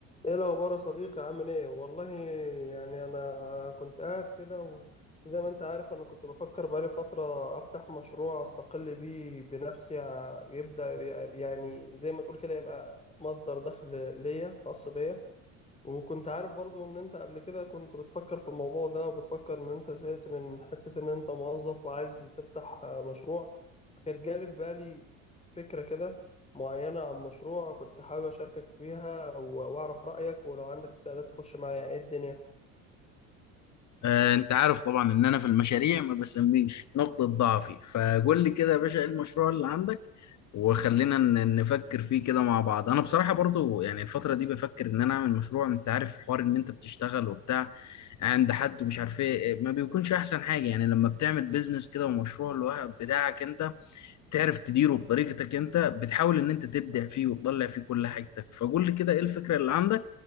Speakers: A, on the left; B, on the left.
A: ايه الاخبار يا صديقي عامل ايه والله يعني انا كنت قاعد كده وزي ما انت عارف انا كنت بفكر بقالي فترة افتح مشروع استقل بيه بنفسي ع- يبدأ ي- يعني زي ما تقول كده يبقى مصدر دخل ليا خاص بيا وكنت عارف برضو ان انت قبل كده كنت بتفكر في الموضوع ده وبتفكر ان انت زهقت من حتة ان انت موظف وعايز تفتح آه، مشروع فكانت جالي في بالي فكرة كده معينة عن مشروع كنت حابب اشاركك فيها و- واعرف رأيك ولو عندك استعداد تخش معايا ايه الدنيا
B: آه، انت عارف طبعا ان انا في المشاريع ما بسميش نقطة ضعفي فقول لي كده يا باشا ايه المشروع اللي عندك وخلينا ن- نفكر فيه كده مع بعض انا بصراحة برضو يعني الفترة دي بفكر ان انا اعمل مشروع انت عارف حوار ان انت بتشتغل وبتاع عند حد ومش عارف ايه ما بيكونش احسن حاجة يعني لما بتعمل بيزنس كده ومشروع لوحدك بتاعك انت تعرف تديره بطريقتك انت بتحاول ان انت تبدع فيه وتطلع فيه كل حاجتك فقول لي كده ايه الفكرة اللي عندك